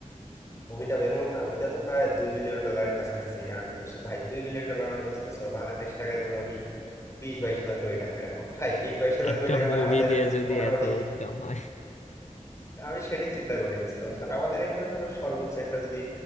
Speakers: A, on the left; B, on the left.
A: মুভিটা বের হলো না ওইটা তো প্রায় দুই বিলিয়ন ডলারের কাছাকাছি আর্ন করছে ভাই দুই বিলিয়ন ডলার মানে বুঝতেছো বাংলাদেশ টাকায় মোটামুটি বিশ বাইশ হাজার কোটি টাকা ভাই বিশ বাইশ হাজার
B: একটা
A: কোটি টাকা
B: মুভি
A: মানে আমাদের
B: দিয়ে যদি
A: মোটামুটি
B: এত ইনকাম হয়
A: আমি সেটাই চিন্তা করি বুঝতে পারছো আর আমাদের এখানে ধরো সর্বোচ্চ একটা যদি